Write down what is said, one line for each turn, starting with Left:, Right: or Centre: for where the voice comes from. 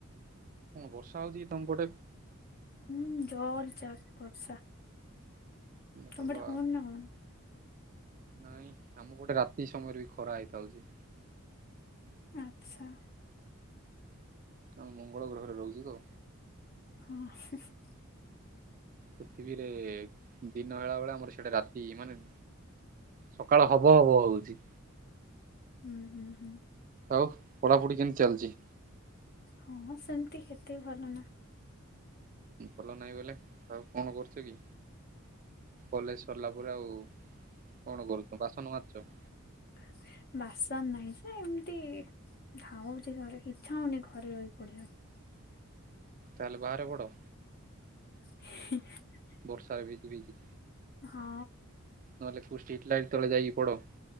Right: ବର୍ଷା ହୋଉଚି କି ତମ ପଟେ?
Left: ହୁଁ, ଜୋର୍ ଜାର୍ ବର୍ଷା। ତମ
Right: ଭଲ
Left: ଆଡ଼େ ହଉନି
Right: ଆଉ।
Left: ନା କଣ?
Right: ନାଇଁ, ଆମ ପଟେ ରାତି ସମୟରେ ବି ଖରା ହେଇଥାଉଛି।
Left: ଆଛା।
Right: ଆମେ ମଙ୍ଗଳ ଗ୍ରହରେ ରହୁଛୁ ତ।
Left: ହଁ।
Right: ପୃଥିବୀରେ ଦିନ ହେଲା ବେଳେ, ଆମର ସେଟା ରାତି, ମାନେ ସକାଳ ହବ ହବ ହଉଛି।
Left: ହୁଁ, ହୁଁ, ହୁଁ।
Right: ଆଉ, ପଢ଼ାପଢ଼ି କେମିତି ଚାଲିଛି?
Left: ହଁ, ସେମିତି ହେତେ ଭଲ ନା।
Right: ଭଲ ନାହିଁ ବୋଇଲେ, ଆଉ କଣ କରୁଛ କି? କଲେଜ ସରିଲା ପରେ ଆଉ କଣ କରୁଛ? ବାସନ ମାଜୁଛ?
Left: ଆସ। ବାସନ ନାହିଁ ଯେ, ଏମତି ଧାଉଁଚି ଘରେ। ଇଚ୍ଛା ହଉନି, ଘରେ ରହି ପଢ଼ିବାକୁ।
Right: ତାହେଲେ ବାହାରେ ବଡ଼।
Left: <unintelligible>
Right: ବର୍ଷାରେ ଭିଜି-ଭିଜି,
Left: ହଁ
Right: ନହେଲେ କଉ ଷ୍ଟ୍ରିଟ ଲାଇଟ ତଳେ ଯାଇକି ପଡ।